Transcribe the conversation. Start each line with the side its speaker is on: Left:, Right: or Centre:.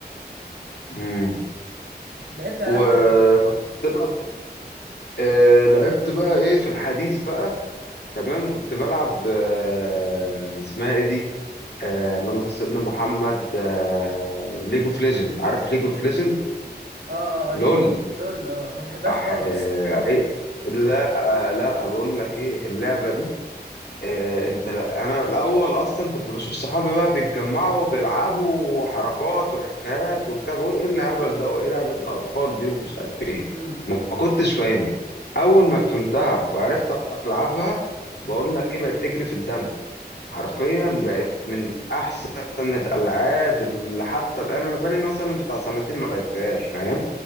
Left: مم.
Right: لعبت العاب
Left: وكنت
Right: إيه تانية
Left: بتلعب آه لعبت بقى ايه في الحديث بقى تمام كنت بلعب آه اسمها ايه دي آه اللهم صل على سيدنا محمد آه ليج اوف ليجند عارف ليج اوف ليجند
Right: اه اه ايوه
Left: لول
Right: ايوه لول اه ما بحبهاش
Left: أح...
Right: خالص
Left: آه...
Right: <laughs>
Left: إيه؟ لا آه لا بقول لك ايه اللعبة دي آه، انت لا- انا الاول اصلا كنت بشوف صحابي بقى بيتجمعوا وبيلعبوا وحركات وحكايات وبتاع بقول ايه الهبل ده وايه لعبة الاطفال دي ومش عارف ايه
Right: امم
Left: ما ما كنتش فاهمها اول ما فهمتها وعرفت العبها بقول لك ايه بقت تجري في الدم حرفيا بقت من احسن الالعاب اللي حتى الان انا بقالي مثلا بتاع سنتين ما لعبتهاش فاهم